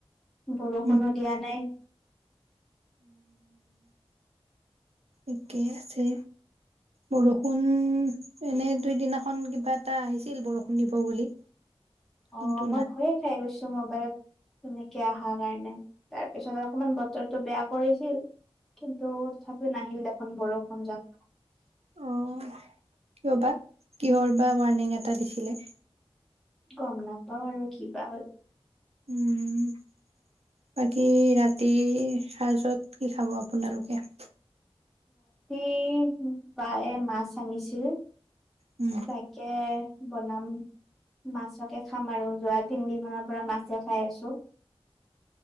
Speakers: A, in the centre; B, on the right (about 80°).
A: বৰষুণো
B: উম
A: দিয়া নাই।
B: তিকে আছে বৰষুণ এনেই দুইদিনাখন কিবা এটা আহিছিল বৰষুণ দিব বুলি
A: অঁ
B: কিন্তু
A: মই
B: নাই
A: ভয়ে খাই গৈছো। মবাইলত তেনেকে অহাৰ কাৰণে তাৰপিছত অকমান বতৰটো বেয়া কৰিছিল কিন্তু তথাপিও নাহিল দেখোন বৰষ সজাক
B: অঁ ৰবা কিহৰ বা ৱানিংৰ এটা দিছিলে
A: গম নাপাওঁ আৰু কি বা হ'ল
B: উম বাকী ৰাতি সাৰজত কি খাব আপোনালোকে
A: ৰাতি প্ৰায় মাছ খানিছিল
B: উম
A: তাকেয বনাম মাছকে খাম আৰু যোৱা তিনদিন মানৰ পৰা মাছো খাই আছো